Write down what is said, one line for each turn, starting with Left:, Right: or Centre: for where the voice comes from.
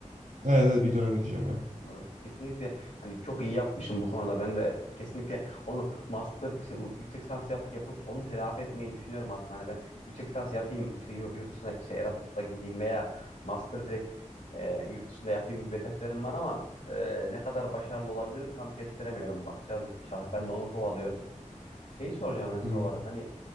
Right: Evet, evet bir dönem gideceğim ya.
Left: Anladım. Kesinlikle hani çok iyi yapmışım bu konuda. Ben de kesinlikle onu master işte u- yüksek lisans yap, yapıp onu telafi etmeyi düşünüyorum aslında. Hani ben yüksek lisans yapayım işte yurt, yurt dışına şey Erasmus'ta gideyim veya master direkt e, yurt dışında yapayım gibi hedeflerim var ama e, ne kadar başarılı olabilirim tam kestiremiyorum. Bakacağız inşallah. Ben de onu kovalıyorum. Şeyi soracağım en son
Right: Hı.
Left: olarak hani